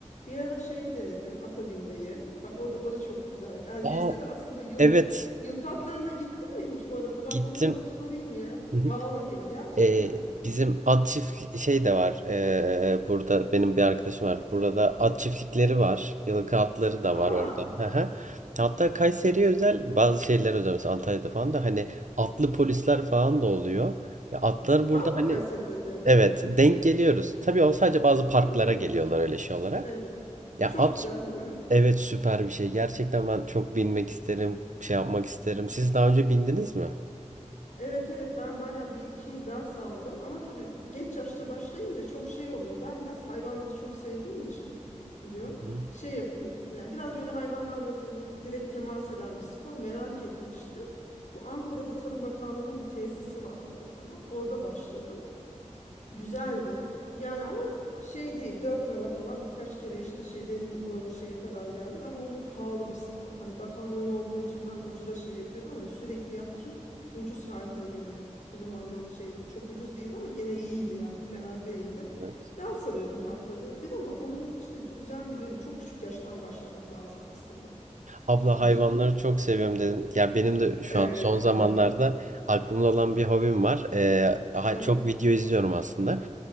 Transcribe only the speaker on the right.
Aa,
evet
gittim.
Hı hı.
Ee,
bizim at çift şey de var. Ee, burada benim bir arkadaşım var. Burada at çiftlikleri var. Yıllık atları da
var orada. Hı hı. Hatta Kayseri'ye özel bazı şeyler özel. Mesela Antalya'da falan da hani atlı polisler falan da oluyor. Ya atlar
burada
hani
Evet, denk geliyoruz. Tabii o sadece bazı parklara
geliyorlar öyle şey olarak.
Ya
at
evet süper bir şey. Gerçekten ben çok binmek isterim, şey yapmak isterim. Siz daha önce bindiniz mi?
Hı,
Evet.
Abla
hayvanları
çok seviyorum dedin. Ya benim de şu
an son zamanlarda
aklımda olan bir hobim var. Ee, ha-
çok video izliyorum aslında.